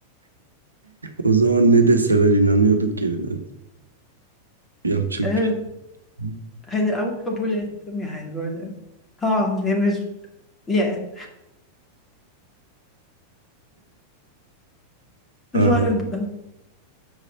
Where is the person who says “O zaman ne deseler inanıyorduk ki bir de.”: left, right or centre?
Right